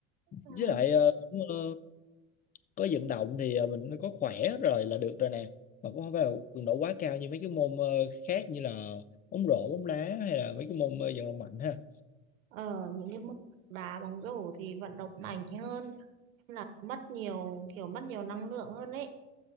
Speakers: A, on the right (about 85°); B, on the left (about 25°).
A: Ừ.
B: với lại ờ, cũng ờ, có vận động thì ờ, mình có khỏe rồi là được rồi nè mà cũng không phải là cường độ quá cao như mấy cái môn ờ, khác như là bóng rổ bóng đá hay là mấy cái môn ờ, vận động mạnh ha
A: Ở những cái môn đá bóng rổ thì vận động mạnh hơn là mất nhiều kiểu mất nhiều năng lượng hơn ấy.